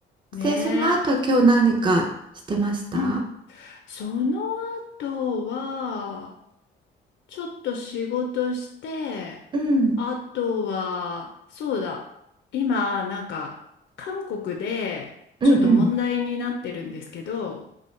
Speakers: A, on the left; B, on the right.
A: ねえ。
B: で、その後今日何かしてました
A: うん。その後は、ちょっと仕事して、
B: うん、
A: あとは、そうだ、今、なんか、韓国で、
B: うんうん、
A: ちょっと問題になってるんですけど、